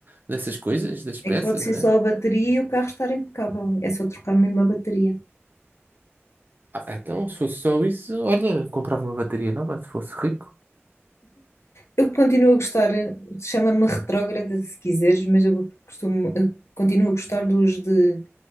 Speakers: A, on the right; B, on the left.
A: dessas coisas, das peças,
B: É que pode ser
A: né?
B: só a bateria e o carro estar impecável. É só trocar mesmo a bateria.
A: Ah, então, se fosse só isso, olha, comprava uma bateria nova se fosse rico.
B: Eu continuo a gostar, chama-me retrógrada se quiseres, mas eu costumo, eu continuo a gostar dos de